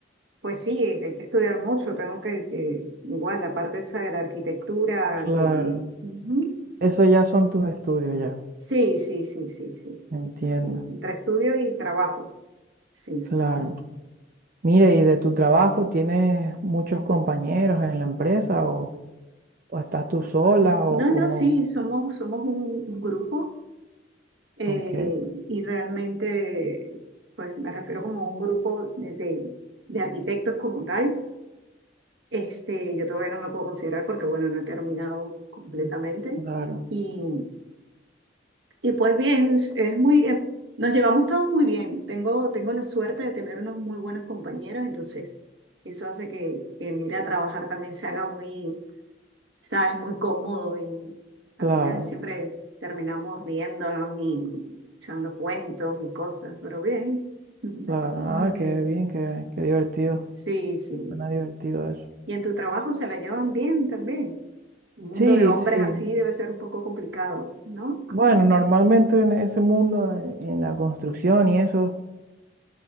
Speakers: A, on the right (about 80°); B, on the right (about 50°).
A: pues sí, hay que estudiar mucho, tengo que, que igual la parte esa de la arquitectura
B: claro.
A: que... ujú.
B: Eso ya son tus estudios ya.
A: Sí, sí, sí, sí, sí.
B: Entiendo.
A: Sí, Entre estudio y trabajo. Sí.
B: Claro. Mire, ¿y de tu trabajo tienes muchos compañeros en la empresa o, o estás tú sola o
A: No,
B: cómo?
A: no, sí, somos, somos un, un grupo eh,
B: Aunque,
A: y realmente, pues me refiero como a un grupo de, de- de arquitectos como tal. Este, yo todavía no me puedo considerar porque, bueno, no he terminado completamente.
B: claro,
A: y Y pues bien, es es muy, eh, nos llevamos todos muy bien. Tengo, tengo la suerte de tener unos muy buenos compañeros, entonces eso hace que, que el ir a trabajar también se haga muy, sabes, muy cómodo y al
B: claro,
A: final siempre terminamos riéndonos y echando cuentos y cosas, pero bien, <laughs> nos
B: claro.
A: pasamos
B: Ah,
A: muy bien.
B: qué bien, qué, qué divertido.
A: Sí, sí.
B: Suena divertido eso.
A: Y en tu trabajo se la llevan bien también. Un mundo
B: Sí,
A: de hombres
B: sí.
A: así debe ser un poco complicado, ¿no?
B: Bueno, normalmente en ese mundo, eh, en la construcción y eso,